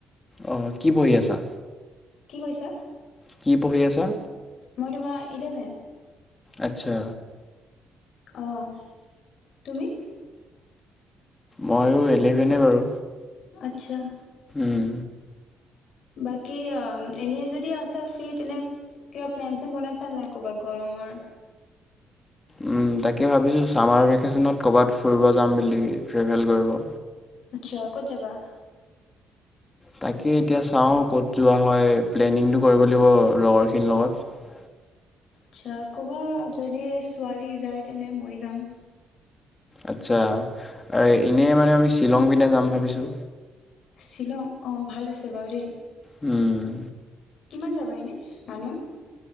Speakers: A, on the left (about 20°); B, on the left (about 65°).
A: অ' কি পঢ়ি আছা?
B: কি কৈছা?
A: কি পঢ়ি আছা?
B: মই তোমাৰ ইলেভেন।
A: আচ্ছা।
B: অ' তুমি?
A: মইও, ইলেভেনে বাৰু।
B: আচ্ছা।
A: উম।
B: বাকী, অ' এনে যদি আছা ফ্ৰী, তেনে কিবা প্লেন-চেন বনাইছা নে নাই, কিবা গৰমৰ?
A: উম, তাকে ভাবিছোঁ, চামাৰ ভেকেচনত। ক'ৰবাত ফুৰিব যাম বুলি। ট্ৰেভেল কৰিব।
B: আচ্ছা, ক'ত যাবা?
A: তাকে এতিয়া চাওঁ, ক'ত যোৱা হয়। প্লেনিংটো কৰিব লাগিব, লগৰখিনিৰ লগত।
B: আচ্ছা, ক'বা, যদি ছোৱালী যায়, তেনে মইও যাম।
A: আচ্ছা, এনে মানে আমি শ্বিলং পিনে যাম ভাবিছো।
B: শিলং। অ', ভাল আছে বাৰু দেই।
A: উম,
B: কিমান যাবা এনেই মানুহ?